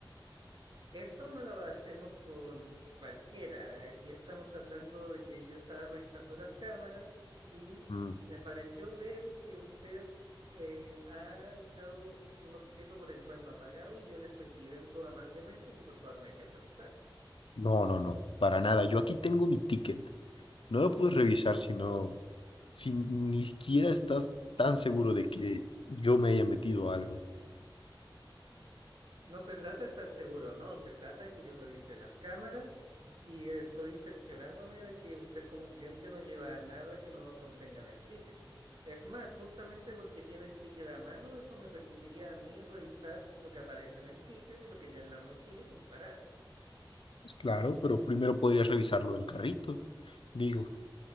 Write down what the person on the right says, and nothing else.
Esto no lo hacemos con cualquiera. Aquí estamos hablando de que yo estaba revisando las cámaras y
me pareció ver que usted eh, ha echado un objeto por el cual no ha pagado y yo le estoy pidiendo amablemente que por favor me deje revisar.
No se trata de estar seguro, no, se trata de que yo revise las cámaras y estoy cerciorándome de que usted como cliente no lleva nada que no contenga en el ticket. Es más, justamente porque tiene el ticket a mano, eso me permitiría a mí revisar lo que aparece en el ticket y lo que ya en la mochila y comparar.